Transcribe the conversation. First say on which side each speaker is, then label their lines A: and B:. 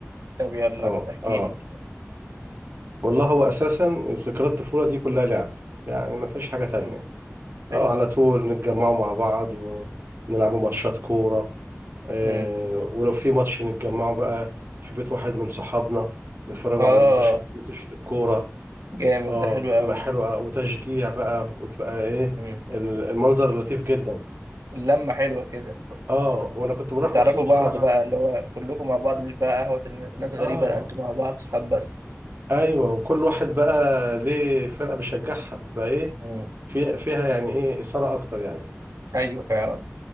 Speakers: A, on the right (about 90°); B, on the right (about 45°).
A: طب يلا
B: اه
A: احكي
B: اه
A: لي
B: والله هو اساسا الذكريات الطفوله دي كلها لعب يعني ما فيش حاجه تانية
A: مم.
B: اه
A: حلو
B: على طول نتجمعوا مع بعض ونلعبوا ماتشات كوره آه
A: مم.
B: ولو في ماتش نتجمعوا بقى في بيت واحد من صحابنا نتفرجوا
A: اه
B: على ماتش ماتش الكوره
A: جامد
B: اه
A: ده حلو
B: بتبقى
A: قوي
B: حلوة وتشجيع بقى وتبقى ايه
A: مم.
B: ال- المنظر لطيف جدا
A: اللمة حلوة كده
B: اه وانا كنت بروح
A: وتعرفوا
B: مخصوص بصراحة
A: بعض بقى اللي هو كلكم مع بعض مش بقى قهوة ن- ناس غريبة
B: اه
A: لا انتوا مع بعض صحاب بس
B: ايوه وكل واحد بقى ليه فرقة بيشجعها بتبقى ايه
A: مم.
B: في فيها يعني ايه إثارة اكتر يعني
A: ايوه فعلا